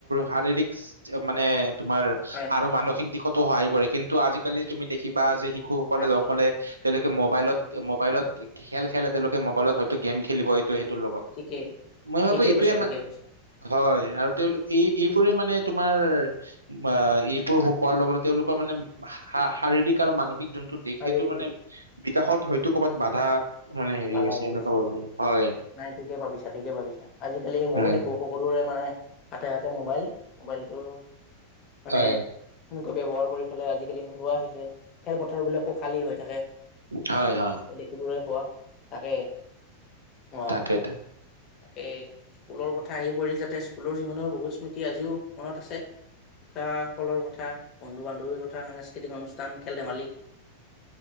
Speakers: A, on the right; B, on the left.
A: শাৰীৰিক মানে। তোমাৰ
B: হয় হয়
A: আৰু মানসিক দিশত। সহায় কৰে কিন্তু আজিকালি তুমি দেখিবা যে, শিশুসকলে
B: তাকে
A: অকলে, তেওঁলোকে মোবাইলত মোবাইলত খেল খেলে তেওঁলোকে মোবাইলত হয়তো গেম খেলিব এইটো। লগত
B: ঠিকেই
A: মই ভাবো
B: ঠিকেই
A: এইটোৱে
B: কৈছা
A: মান
B: ঠিকে কৈছা
A: হয়, আৰু তেওঁলোক এই এইবোৰে মানে তোমাৰ। অঁ,
B: হয় হয়
A: এইবোৰ কোৱাৰ লগত। তেওঁলোকৰ মানে শাৰীৰিক আৰু মানসিক যোন। দেখেটো
B: শাৰীৰিক
A: মানে। বিকাশত হয়তো কৰ'বাত বাধা, মানে হেৰি
B: বাধা
A: হৈছে
B: আহি
A: এনেকুৱা
B: গৈছে
A: ভাবো হয়।
B: নাই ঠিকে ভাবিছা ঠিকে ভাবিছা আজিকালি মইো
A: হয়
B: দেখো সকলোৰে মানে। হাতে হাতে মোবাইল মোবাইলটো। মানে।
A: হয়
B: সেনেকুৱা ব্যৱহাৰ কৰি ফেলাই আজিকালি নোলোৱা হৈছে খেলপথাৰ বিলাকো খালী হৈ থাকে।
A: হয় হয়
B: দেখিবলৈ পোৱা তাকে, অ
A: তাকেই তা,
B: তাকে স্কুলৰ কথা আহি পৰিল যাতে স্কুলৰ জীৱনৰ বহুত স্মৃতি আজিও মনত আছে শিক্ষাসকলৰ কথা বন্ধু বান্ধৱীৰ কথা সাংস্কৃতিক অনুষ্ঠান খেল ধেমালি।